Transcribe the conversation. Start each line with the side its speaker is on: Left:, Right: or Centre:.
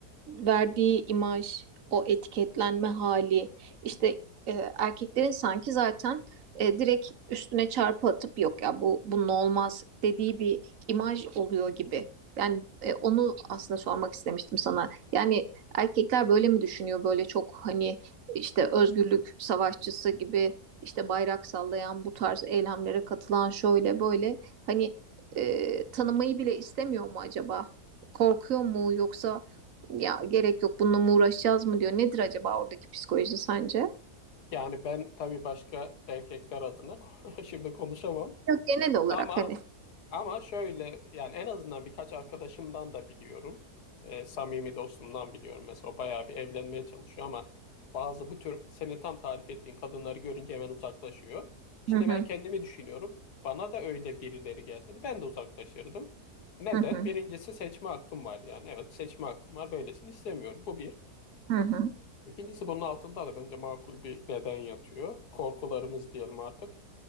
Right: verdiği imaj, o etiketlenme hali, işte e, erkeklerin sanki zaten e, direkt üstüne çarpı atıp yok ya bu bunun olmaz dediği bir imaj oluyor gibi. Yani e, onu aslında sormak istemiştim sana. Yani erkekler böyle mi düşünüyor? Böyle çok hani işte özgürlük savaşçısı gibi işte bayrak sallayan bu tarz eylemlere katılan şöyle böyle hani e, tanımayı bile istemiyor mu acaba? Korkuyor mu yoksa ya gerek yok bununla mı uğraşacağız mı diyor. Nedir acaba oradaki psikoloji sence?
Left: yani ben tabii başka erkekler adına <laughs> şimdi konuşamam.
Right: Yok genel olarak
Left: Ama
Right: hani.
Left: ama şöyle yani en azından birkaç arkadaşımdan da biliyorum. Ee, samimi dostumdan biliyorum mesela o bayağı bir evlenmeye çalışıyor ama bazı bu tür seni tam tarif ettiğin kadınları görünce hemen uzaklaşıyor. Şimdi
Right: Hı hı,
Left: ben kendimi düşünüyorum. Bana da öyle birileri gelseydi ben de uzaklaşırdım. Neden?
Right: hı hı,
Left: Birincisi seçme hakkım var yani. Evet seçme hakkım var. Böylesini istemiyorum. Bu bir.
Right: hı hı,
Left: İkincisi bunun altında da bence makul bir neden yatıyor. Korkularımız diyelim artık.